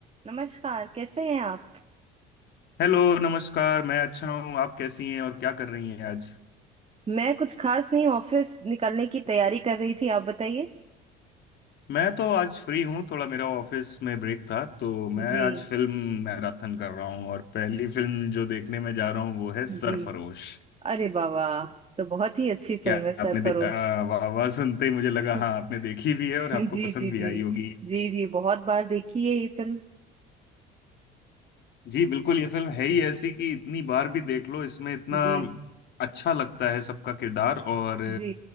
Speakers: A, on the right (about 30°); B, on the left (about 60°).
A: नमस्कार कैसे हैं आप
B: Hello नमस्कार मैं अच्छा हूँ आप कैसी हैं और क्या कर रही हैं आज
A: मैं कुछ खास नहीं ऑफिस निकलने की तैयारी कर रही थी आप बताइए
B: मैं तो आज फ्री हूँ थोड़ा मेरा ऑफिस में ब्रेक था तो मैं
A: जी
B: आज फिल्म मैराथन कर रहा हूँ और पहली फिल्म जो देखने में जा रहा हूँ वो है
A: जी
B: सरफरोश
A: अरे बाबा तो बहुत ही अच्छी फिल्म
B: क्या
A: है सरफरोश
B: आपने दे- आ, वाह वाह सुनते ही मुझे लगा
A: <laughs>
B: हाँ आपने देखी भी है और
A: जी
B: आपको पसंद
A: जी
B: भी
A: जी
B: आई होगी
A: जी जी बहुत बार देखी है ये फिल्म
B: जी बिल्कुल ये फिल्म है ही ऐसी कि इतनी बार भी देख लो इसमें इतना
A: जी
B: अच्छा लगता है सबका किरदार और
A: जी